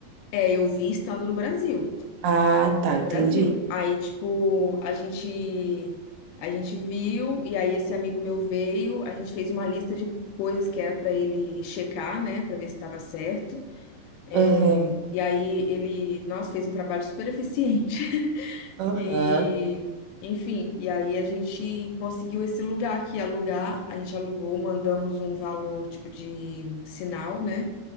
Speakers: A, on the left; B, on the right.
A: é, eu vi estando no Brasil.
B: Ah, tá, entendi.
A: Brasil. Aí, tipo, a gente a gente viu e aí esse amigo meu veio, a gente fez uma lista de coisas que era para ele checar, né, para ver se estava certo. É,
B: Aham.
A: e aí ele, nossa, fez um trabalho super eficiente. <laughs>
B: Aham.
A: E enfim, e aí a gente conseguiu esse lugar aqui alugar, a gente alugou, mandamos um valor tipo de sinal, né?